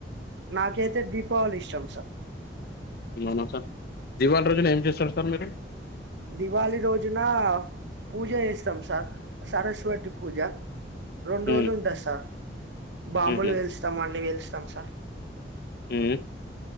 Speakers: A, on the right; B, on the left.
A: నాకైతే దీపావళి ఇష్టం సార్
B: అవునా సార్ దివాళి రోజున ఏం చేస్తారు సార్ మీరు
A: దివాళి రోజునా పూజ చేస్తాం సార్ సరస్వతి పూజ రెండు
B: హ్మ్.
A: రోజులు ఉంటద్ సార్ బాంబులు
B: హుహు.
A: పెలుస్తాం అన్ని పెలుస్తాం సార్
B: ఉ